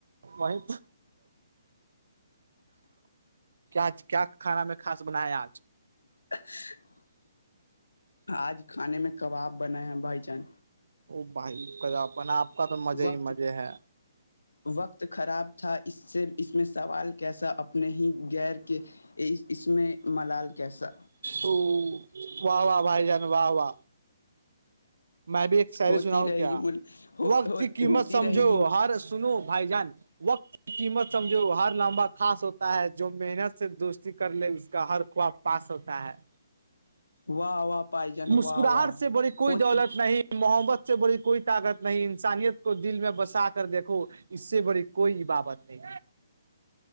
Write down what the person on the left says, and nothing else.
<inaudible> آج کھانے میں کباب بنے ہیں بھائی جان
وقت
وقت خراب تھا اس سے اس میں سوال کیسا اپنے ہی غیر کے اس میں ملال کیسا
ہوتی
رہے
گی مل ہو
ہو
ہوتی
رہے گی
واہ واہ پائی جان
واہ واہ
ہوتی